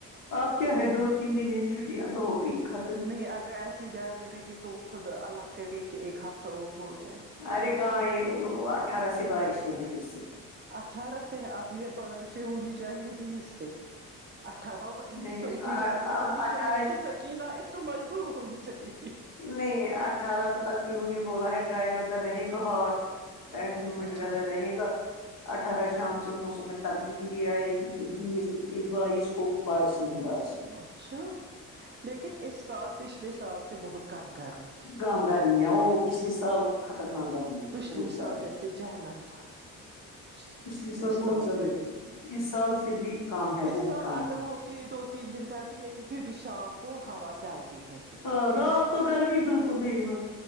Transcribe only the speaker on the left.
اپ کیا ہے دو تین دن چھٹیاں تو ہو گئی ختم
ارے کہاں یہ اٹھارہ سے بارشیں ہیں پھر سے
نہیں
اٹھارہ
نہیں اٹھارہ تک کنوں نہیں بولا ہے ڈرائی ویدر رہے گا ہواٹ این ہیڈ
ویدر رہے گا اٹھارہ شام سے موسم میں تبلیغ یہ آئے کہ پھر بیس اکیس بائیس کو بارش ہی بارش
گاں گرمی ہے وہ پچھلے سال خطرناک گرمی تھی
بہت زیادہ
پچھلے سال بہت زیادہ
گرمی تھی اس سال پھر بھی کم ہے
بہت
کم
ہے
ہاں رات کو گرمی بالکل د ہو